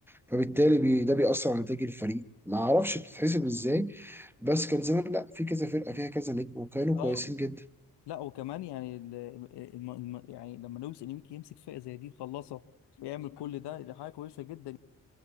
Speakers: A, in the centre; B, on the left.
A: فبالتالي بي ده بيأثر على نتائج الفريق ما اعرفش بتتحسب ازاي بس كان زمان لا في كذا فرقه فيها كذا نجم وكانوا
B: اه
A: كويسين جدا
B: لا وكمان يعني ال- الم... الم... يعني لما لويس انيميكي يمسك فئه زي دي يخلصها ويعمل <laughs> كل ده دي حاجه كويسه جدا